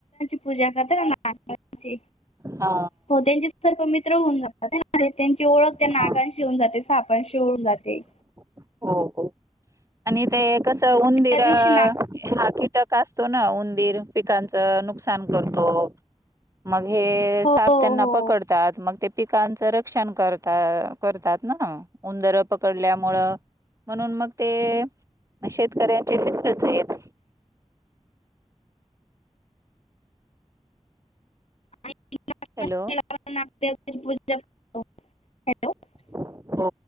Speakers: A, on the left; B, on the right.
A: <unintelligible>
B: हा
A: हो त्यांचे सर्प मित्र होऊन जातात, त्यांची ओळख त्या नागांशी
B: हा
A: होऊन जाते साप अशी हुन जाते.
B: हो, हो आणि ते कस उंदीर,
A: त्या दिवशी नाग
B: हा कीटक असतो उंदीर पिकांच नुकसान करतो मग हे
A: हो
B: साप
A: हो
B: त्यांना पकडतात मग ते पिकांचं रक्षण करता करतात ना उंदरं पकडल्यामुळं म्हणून मग ते शेतकऱ्यांचे मित्र च हेत
A: आणि नागपंचमीला
B: हॅलो!
A: <unintelligible>
B: हो,